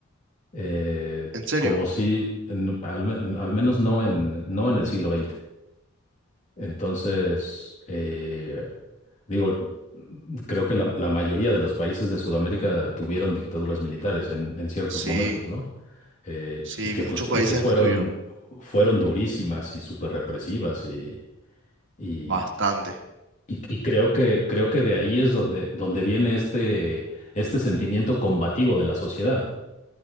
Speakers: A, on the left; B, on the right.
A: eh,
B: ¿En serio?
A: como si, en- al, me- al menos no en, no en el siglo XX. Entonces, eh, digo, creo que la, la mayoría de los países de Sudamérica tuvieron dictaduras militares en, en ciertos
B: Sí,
A: momentos, ¿no? Eh,
B: sí,
A: y que,
B: muchos
A: pues, fu-
B: países
A: y que fueron,
B: aquí tuvieron.
A: fueron durísimas y súper represivas y, y,
B: Bastante.
A: y- y creo que, creo que de ahí es donde, donde viene este, este sentimiento combativo de la sociedad.